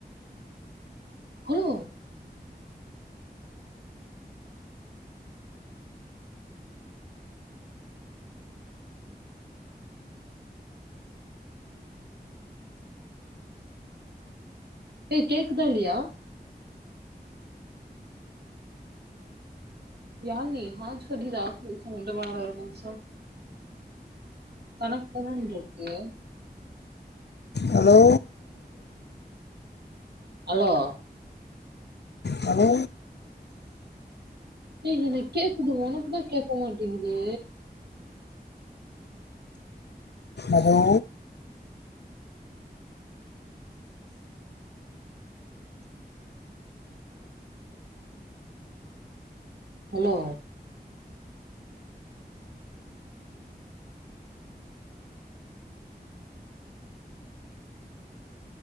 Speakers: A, on the right; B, on the left.
A: ஹலோ ஏய் கேக்குதா இல்லையா யா நீ ஹா சொல்லிதாச ச முட வாரவணச்ச கனக்ட்லதான்ருக்கு
B: ஹலோ
A: அலோ
B: ஹலோ
A: டே நீ ந கேக்குது ஒனக்குதா கேக்க மாட்டேங்குது
B: ஹலோ
A: ஹலோ